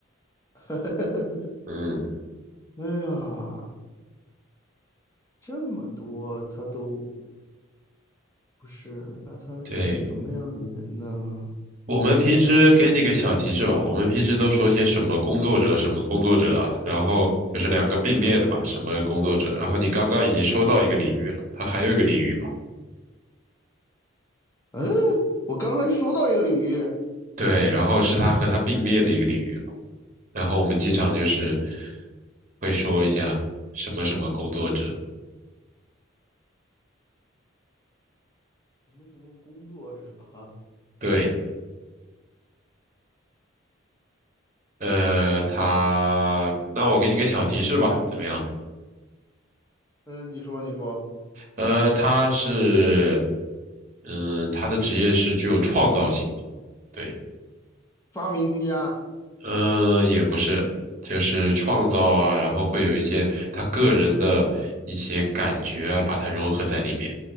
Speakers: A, on the left (about 15°); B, on the right (about 40°).
A: <laughs>
B: 嗯，
A: 哎呀，这么多他都不是，那他是个什么样的人呢？
B: 对，我们平时给你个小提示吧，我们平时都说些什么工作者，什么工作者啊，然后就是两个并列的嘛，什么工作者，然后你刚刚已经说到一个领域了，它还有一个领域吧。
A: 嗯，我刚才说到一个领域，
B: 对，然后是它和它并列的一个领域。然后我们经常就是会说一下什么什么工作者，
A: 什么什么工作者啊？
B: 对，呃，他，那我给你个小提示吧，怎么样？
A: 嗯，你说你说，
B: 呃，他是，嗯，他的职业是具有创造性的，对，
A: 发明家，
B: 嗯，也不是，就是创造啊，然后会有一些他个人的一些感觉啊，把它融合在里面，